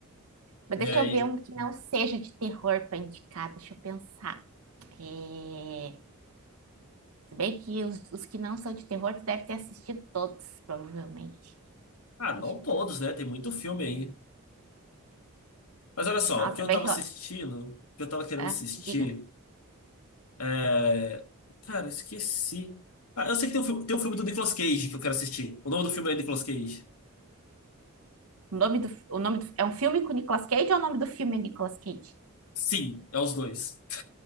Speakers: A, on the right (about 80°); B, on the left (about 80°).
A: mas
B: E
A: deixa
B: aí?
A: eu ver um que não seja de terror pra indicar, deixa eu pensar. É... Se bem que os, os que não são de terror, tu deve ter assistido todos, provavelmente.
B: Ah, não
A: Deixa eu
B: todos,
A: pensar.
B: né? Tem muito filme aí. Mas olha só,
A: Nossa,
B: o que eu
A: é bem
B: tava
A: que
B: assistindo,
A: eu...
B: o que eu tava querendo
A: Ah,
B: assistir.
A: diga.
B: É, Cara, eu esqueci. Ah, eu sei que tem um, fi- tem um filme do Nicolas Cage que eu quero assistir. O nome do filme é Nicolas Cage.
A: O nome do, o nome do... É um filme com o Nicolas Cage ou é o nome do filme é Nicolas Cage?
B: Sim, é os dois.